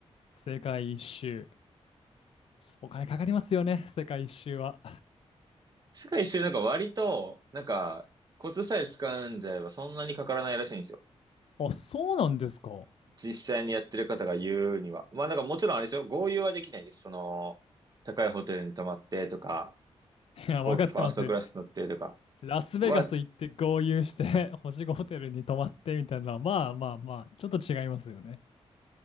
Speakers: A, on the left; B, on the right.
A: 世界一周。お金かかりますよね、世界一周は。
B: 世界一周なんか割と、なんか、コツさえ掴んじゃえばそんなにかからないらしいんですよ。
A: あ、そうなんですか。
B: 実際にやってる方が言うには。まあなんかもちろんあれですよ。豪遊はできないです。その、高いホテルに泊まってとか、
A: いや、
B: 飛行機ファーストクラス乗ってとか
A: わかってますよ。ラスベガス行って豪遊して
B: は、
A: <laughs> 星5ホテルに泊まってみたいなのは、まあまあまあ、ちょっと違いますよね。